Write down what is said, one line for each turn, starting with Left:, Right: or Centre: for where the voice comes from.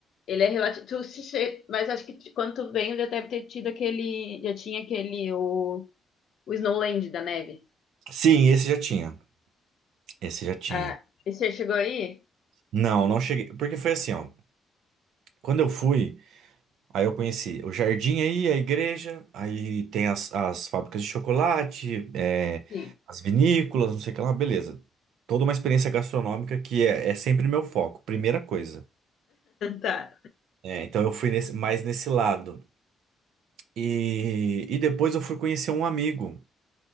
Left: ele é relativo, tu se che- mas acho que t- quando tu veio já deve ter tido aquele, já tinha aquele, o, o Snowland da neve.
Right: Sim, esse já tinha. Esse já tinha.
Left: Ah, e você chegou aí?
Right: Não, não cheguei. Porque foi assim, ó. Quando eu fui, aí eu conheci o jardim aí, a igreja, aí tem as, as fábricas de chocolate, é,
Left: Sim. <laughs>
Right: as vinícolas, não sei o que lá, beleza. Toda uma experiência gastronômica que é, é sempre meu foco, primeira coisa.
Left: Tá.
Right: É, então eu fui nesse- mais nesse lado. E, e depois eu fui conhecer um amigo.